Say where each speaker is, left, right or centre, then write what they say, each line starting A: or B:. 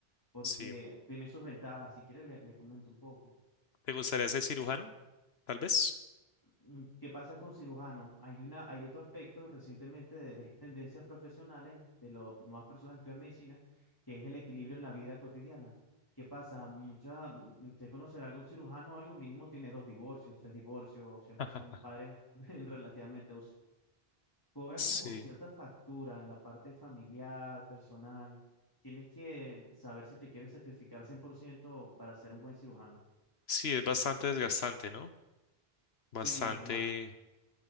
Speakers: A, on the left; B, on the left.
A: porque
B: Sí.
A: tiene sus ventajas. Si quieres, le le comento un poco.
B: ¿Te gustaría ser cirujano? Tal vez.
A: Mm, ¿Qué pasa con cirujanos? Hay una, hay otro aspecto recientemente de, de estas tendencias profesionales de las nuevas personas que estudian medicina, que es el equilibrio en la vida cotidiana. ¿Qué pasa? Mucha, mm, usted conocerá algún cirujano o algo, mínimo tiene dos divorcios, tres divorcios, siempre
B: <laughs>
A: son padres <laughs> relativamente aus- Cobra
B: Sí.
A: como cierta factura en la parte familiar, personal. Tienes que saber si te quieres sacrificar 100% para ser un buen cirujano.
B: Sí, es bastante desgastante, ¿no? Bastante,
A: Sí, más.